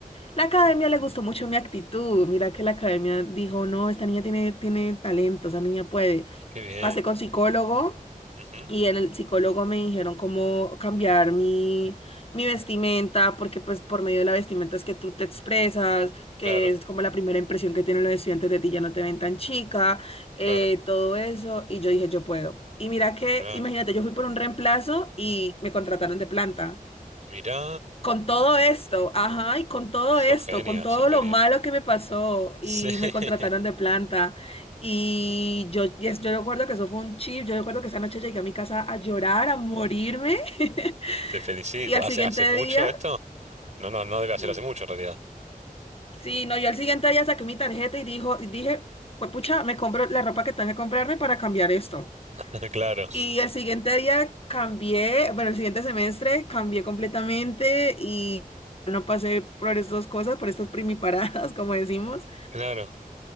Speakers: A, on the left; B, on the right.
A: La academia le gustó mucho mi actitud. Mira que la academia dijo, no, esta niña tiene, tiene talento, esta niña puede.
B: qué bien.
A: Pasé con psicólogo
B: Ujú,
A: y en el psicólogo me dijeron cómo cambiar mi, mi vestimenta, porque pues por medio de la vestimenta es que tú te expresas, que
B: Claro,
A: es como la primera impresión que tienen los estudiantes de ti, ya no te ven tan chica, eh,
B: claro,
A: todo eso. Y yo dije, yo puedo. Y mira que,
B: claro.
A: imagínate, yo fui por un reemplazo y me contrataron de planta
B: Mirá,
A: con todo esto, ajá, y con todo
B: sos
A: esto,
B: genia,
A: con todo
B: sos genia.
A: lo malo que me pasó
B: Sí,
A: y
B: <laughs>
A: me contrataron de planta. Y yo, yes, yo recuerdo que eso fue un chip, yo recuerdo que esa noche llegué a mi casa a llorar, a morirme. <laughs>
B: te felicito.
A: Y al
B: ¿Hace,
A: siguiente
B: hace mucho
A: día,
B: esto? No, no, no debe
A: y
B: ser hace mucho en realidad.
A: sí, no, yo al siguiente día saqué mi tarjeta y dijo, y dije, pues pucha, me compro la ropa que tengo que comprarme para cambiar esto.
B: <laughs> Claro,
A: Y el siguiente día cambié, bueno, el siguiente semestre cambié completamente y no pasé por estas cosas, por estas primiparadas, <laughs> como decimos,
B: claro.